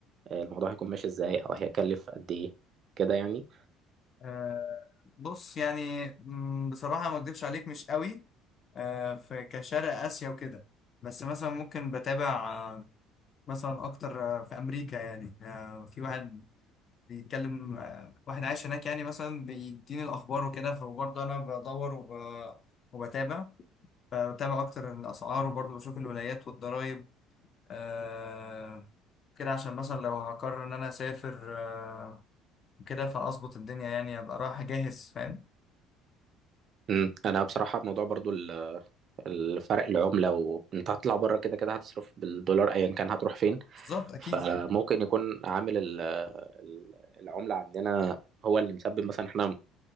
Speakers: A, on the right; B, on the left.
A: الموضوع هيكون ماشي إزاي أو هيكلف قد إيه كده يعني
B: آه بص يعني مم، بصراحة ما اكدبش عليك مش قوي آه في كشرق آسيا وكده بس مثلا ممكن بتابع آه مثلا اكتر آه في امريكا يعني آه في واحد بيتكلم آه واحد عايش هناك يعني مثلا بيديني الاخبار وكده فبرضه انا بدور وب... وبتابع فبتابع اكتر الاسعار وبرضه بشوف الولايات والضرايب آه كده عشان مثلا لو هقرر ان انا اسافر آه كده فاظبط الدنيا يعني ابقى رايح جاهز فاهم
A: أمم، أنا بصراحة الموضوع برضو الفرق العملة وانت هتطلع بره كده كده هتصرف بالدولار ايا كان هتروح فين
B: بالظبط اكيد
A: بالظبط فممكن يكون عامل ال- ال- العملة عندنا هو اللي مسبب مثلا احنا م-